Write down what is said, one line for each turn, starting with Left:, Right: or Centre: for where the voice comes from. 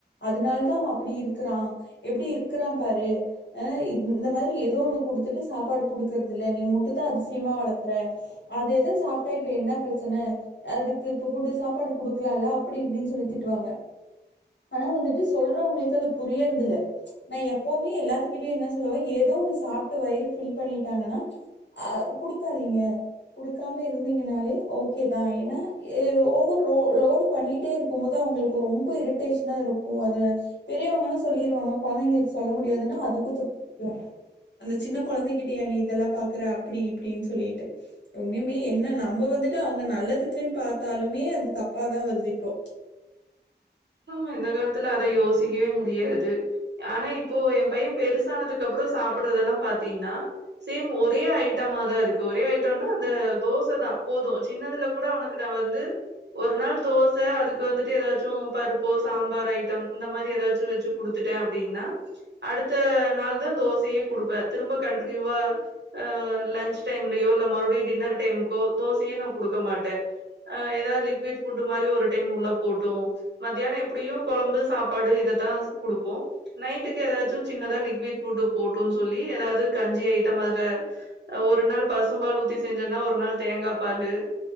Left: அதுனாலதா அவ அப்டி இருக்குறா எப்டி இருக்குறா பாரு ஆ இத் இ இந்த மாதிரி ஏதோ ஒண்ணு குடுத்துட்டு சாப்பாடு குடுக்குறது இல்ல நீ முட்டுதா அதிசயமா வளக்குற அதேதா சாப்ட்டா இப்ப என்ன பிரச்சன அதுக்கு இப்ப ஃபுட்டு சாப்பாடு குடுக்கலால்ல அப்டி இப்டினு சொல்லி திட்டுவாங்க ஆனா வந்துட்டு சொல்றவங்களுக்கு அது புரியறது இல்ல நா எப்பவுமே எல்லாத்துகிட்டயு என்ன சொல்லுவ ஏதோ ஒண்ணு சாப்ட்டு வயிறு ஃபில் பண்ணிட்டாங்கன்னா ஆ குடுக்காதீங்க குடுக்காம இருந்தீங்கனாலே ஓ ஓகேதா ஏன்னா ஏ ஓவரோ லோடு பண்ணிட்டே இருக்கும்போது அவங்களுக்கு ரொம்ப இரிட்டேஷனா இருக்கு அது பெரியவங்கன்னா சொல்லிருவாங்க கொழந்தைங்களுக்கு சொல்ல முடியாதுனா அதுக்கு திட்டுவாங்க அந்த சின்ன கொழந்தைகிட்டயா நீ இதெல்லா பாக்குற அப்டி இப்டினு சொல்லிட்டு இப்ப ஒண்ணுமே என்ன நம்ம வந்துட்டு அவுங்க நல்லதுக்குனு பாத் த்தாலுமே அது தப்பாதா வருது இப்போ
Right: ஆமா இந்த காலத்துல அத யோசிக்கவே முடியாது ஆனா இப்போ எ பைய பெருசானதுக்குப்பறோ சாப்படுறதெல்லா பாத்தீனா சேம் ஒரே ஐ ட்டமாதா இருக்கு ஒரே ட்டம்னா அந்த தோசைதா போது சின்னதுல கூட அவனுக்கு நா வந்து ஒரு நாள் தோச <unintelligible> அதுக்கு வந்துட்டு ஏதாச்சு பருப்பு சாம்பார் ஐட்டம் இந்த மாரி ஏதாச்சு வச்சு குடுத்துட்டே அப்டின்னா அடுத்த நாள்தா தோசையே குடுப்பே திரும்ப கண்டின்யூவா ஆ லன்ச் டைம்லயோ இல்ல மறுபடியு டின்னர் டைமுகோ தோசையே நா குடுக்க மாட்டே ஆ ஏதாவத் லிக்விட் ஃபுட் மாரி ஒரு டைம் உள்ள போட்டோ மத்தியானம் எப்டியும் கொழம்பு சாப்பாடு இதத்தா குடுப்போம் நைட்டுக்கு எதாச்சும் சின்னதா லிக்விட் ஃபுட்டு போட்டும் சொல்லி எதாவ்து கஞ்சி ஐட்டம் அதுல ஒரு நாள் பசும் பால் ஊத்தி செஞ்சேன்னா ஒரு நாள் தேங்கா பாலு